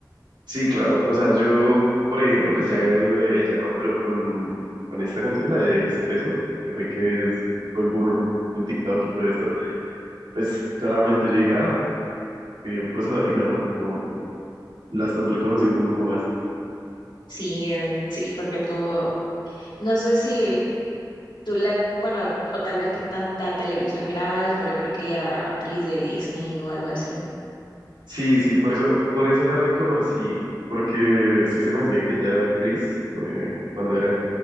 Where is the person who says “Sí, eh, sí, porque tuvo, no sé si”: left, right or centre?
Left